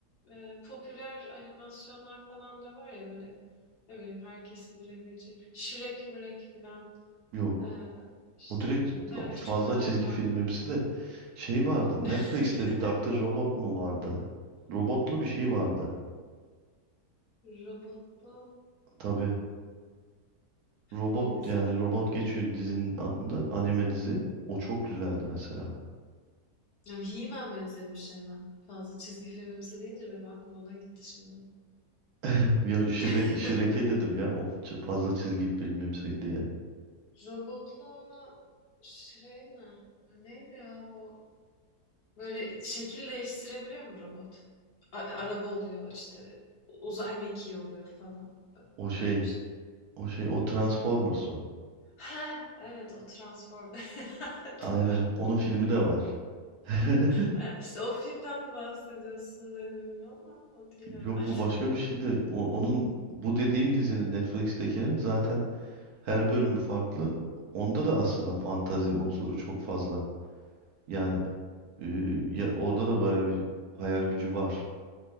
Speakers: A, on the left; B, on the right.
A: e, popüler animasyonlar falan da var ya böyle Ne bileyim herkesin bilebileceği. Şirek mirek filan.
B: Yok.
A: Ee, işte
B: O direkt
A: bir tane
B: fazla
A: küçük fare
B: çizgi
A: var.
B: filmimsi de şey vardı.
A: <laughs>
B: Netflix'te bir Dr. Robot mu vardı? Robotlu bir şey vardı.
A: Robotlu.
B: Tabii. Robot
A: Onu izledin
B: yani robot
A: mi?
B: geçiyor dizinin adında anime dizi. O çok güzeldi mesela.
A: Ya He-Man benzeri bir şey mi? Fazla çizgi filmimsi deyince benim aklım ona gitti şimdi.
B: <laughs> Ya Shrek,
A: <laughs>
B: Shrek'e dedim ya. Of ç- fazla çizgi filmimsi diye.
A: Robotlu olan şey mi? Ha, Neydi ya o? Böyle şekil değiştirebiliyor mu robot? A- araba oluyor işte uzay mekiği oluyor falan. Ö-
B: O şey,
A: Öyle bir şey.
B: o şey, o Transformers o.
A: Ha, evet o Transform. <laughs>
B: Aynen.
A: Doğru.
B: Onun filmi de var. <laughs>
A: Ha, İşte o filmden bahsediyorsun dedim ama o değil
B: Yok
A: herhalde.
B: bu başka bir şey de. O, onun bu dediğim dizinin Netflix'tekinin zaten her bölümü farklı. Onda da aslında fantazi unsuru çok fazla. Yani e, ya, orada da bayağı bir hayal gücü var.